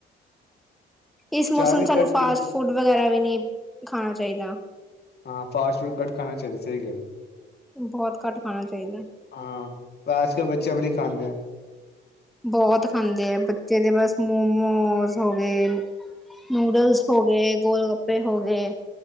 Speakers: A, in the centre; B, on the left.
A: ਇਸ ਮੌਸਮ
B: ਚਾਹ ਵੀ
A: ਵਿੱਚ ਸਾਨੂੰ
B: ਘੱਟ
A: ਫਾਸਟ
B: ਪੀਣੀ
A: ਫੂਡ ਵਗੈਰਾ ਵੀ ਨਹੀ ਖਾਣਾ ਚਾਹੀਦਾ
B: ਹਾਂ, ਫਾਸਟ ਫੂਡ ਘੱਟ ਖਾਣਾ ਚਾਹੀਦਾ ਸਹੀ ਗੱਲ
A: ਬਹੁਤ ਘੱਟ ਖਾਣਾ ਚਾਹੀਦਾ।
B: ਹਾਂ, ਪਰ ਆਜ ਕਲ ਬੱਚੇ ਬੜੀ ਖਾਂਦੇ ਆ
A: ਬਹੁਤ ਖਾਂਦੇ ਆ ਬੱਚੇ ਤੇ ਬਸ ਮੋਮੋਸ ਹੋ ਗਏ ਨੂਡਲਸ ਹੋ ਗਏ ਗੋਲਗੱਪੇ ਹੋ ਗਏ